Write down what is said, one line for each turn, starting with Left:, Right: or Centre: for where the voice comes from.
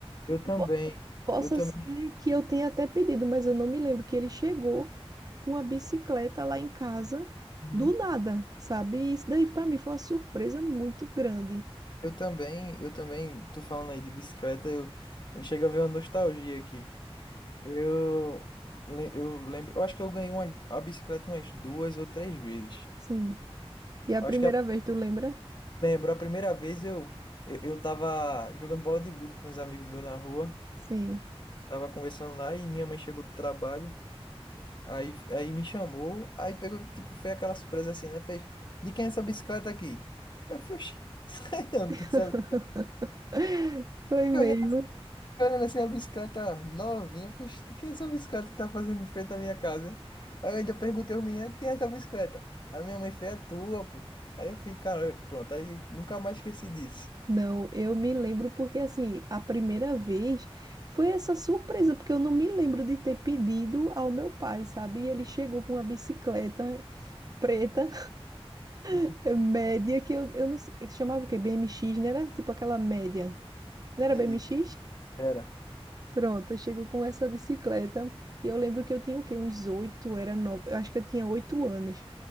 Left: Eu também.
Right: E po- Possa
Left: Eu também.
Right: ser que eu tenha até pedido, mas eu não me lembro que ele chegou com a bicicleta lá em casa
Left: Uhum.
Right: do nada, sabe? E isso daí pra mim foi uma surpresa muito grande.
Left: Eu também. Eu também. Tô falando aí de bicicleta. Eu, eu chego a ver uma nostalgia aqui. Eu, le- eu lembro. Eu acho que eu ganhei umas, a bicicleta umas duas ou três vezes.
Right: Sim. E a
Left: Eu acho
Right: primeira
Left: que a,
Right: vez, tu lembra?
Left: lembro. A primeira vez eu, eu, eu tava jogando bola de gude com uns amigos meus na rua.
Right: Sim.
Left: Tava conversando lá e minha mãe chegou do trabalho. Aí, aí me chamou, aí pegou, tipo, fez aquela surpresa assim, né? Fez, de quem é essa bicicleta aqui? Eu fui, "Oxi, <laughs> sei não, de quem
Right: <laughs>
Left: é essa bicicleta?
Right: Foi mesmo.
Left: Olhando, olhando assim a bicicleta novinha, eu fui, "Oxi, de quem é essa bicicleta que tá fazendo frente à minha casa, hein? Aí eu ainda perguntei ao menino, de quem é essa bicicleta? A minha mãe fez, é tua, pô. Aí eu fiquei, cara, pronto, aí nunca mais esqueci disso.
Right: Não, eu me lembro porque assim, a primeira vez foi essa surpresa, porque eu não me lembro de ter pedido ao meu pai, sabe? E ele chegou com uma bicicleta preta,
Left: <laughs>
Right: <laughs> média, que eu, eu não sei, chamava o quê? BMX, não era? Tipo aquela média. Não era
Left: Entendi.
Right: BMX?
Left: Era.
Right: Pronto, eu chego com essa bicicleta. E eu lembro que eu tinha o quê? Uns oito, era nove, eu acho que eu tinha oito anos.